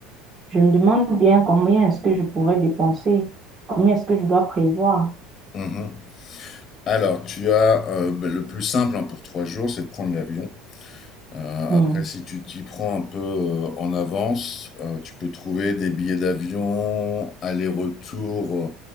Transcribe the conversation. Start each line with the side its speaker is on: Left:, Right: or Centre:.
Right: Je me demande bien combien est-ce que je pourrais dépenser, combien est-ce que je dois prévoir.
Left: Mmh Alors, tu as, heu, beh, le plus simple, hein, pour trois jours, c'est de prendre l'avion. Heu, après,
Right: Hmm.
Left: si tu t'y prends un peu, heu, en avance, heu, tu peux trouver des billets d'avion aller-retour, heu,